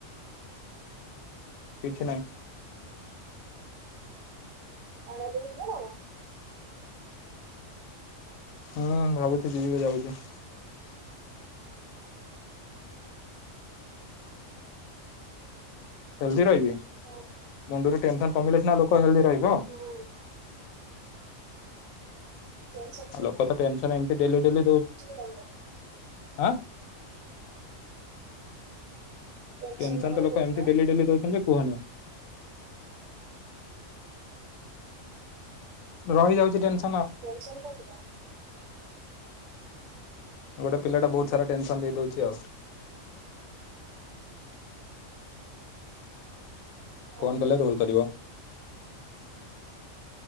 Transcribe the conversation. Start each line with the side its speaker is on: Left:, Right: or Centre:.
Left: କିଛି ନାହିଁ।
Right: ଆଣିବାକୁ ଯିବ ନା କଣ।
Left: ହୁଁ ଭାବୁଛି ଯିିବି ବି ଯାଉଚି। ହେଲ୍ଦି ରହିବି
Right: ଆଉ
Left: ମୁଣ୍ଡୁରୁ ଟେନସନ୍ କମିଲେ ସିନା ଲୋକ ହେଲ୍ଦି ରହିବ।
Right: ହୁଁ। <unintelligible>
Left: ଆଉ ଲୋକୋ ତ ଟେନସନ୍ ଏମିତି ଡେଲ୍ଲୀ ଡେଲ୍ଲୀ ଦୋଉ
Right: <unintelligible>
Left: ଆଁ
Right: ଟେନସନ
Left: ଟେନସନ୍
Right: ତମର
Left: ତ ଲୋକ
Right: କୋଉଥିପାଇଁ
Left: ଏମିତି ଡେଲ୍ଲୀ ଡେଲ୍ଲୀ ଦୋଉଛନ୍ତି ଯେ କୁହନି ଆଉ। ରହିଯାଉଛି ଟେନସ
Right: ଟେନସନ୍ କୋଉଥି ପାଇଁ।
Left: ଗୋଟେ ପିଲାଟା ବୋହୁତ ସାରା ଟେନସନ୍ ଦେଇ ଦୋଉଛି ଆଉ।
Right: ହଁ
Left: ଫୋନ୍ କଲେ ରୋଲ୍ କରିବ।